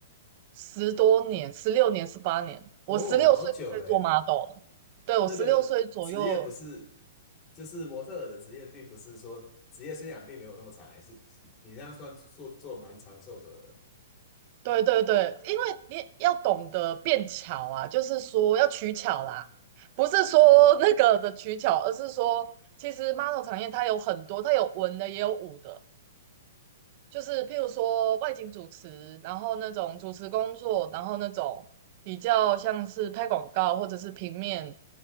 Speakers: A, on the right; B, on the left.
A: 十多年，十六年、十八年，
B: 哦，
A: 我十六岁就可以做
B: 好久哎，
A: model 了。对，我十六岁左右，
B: 那个职业不是，就是模特儿的职业，并不是说职业生涯并没有那么长，还是你这样算做做蛮长寿的，
A: 对对对，因为你要懂得变巧啊，就是说要取巧啦，不是说那个的取巧，
B: 嗯，
A: 而是说其实 model 产业它有很多，它有文的也有武的，就是譬如说外景主持，然后那种主持工作，然后那种比较像是拍广告或者是平面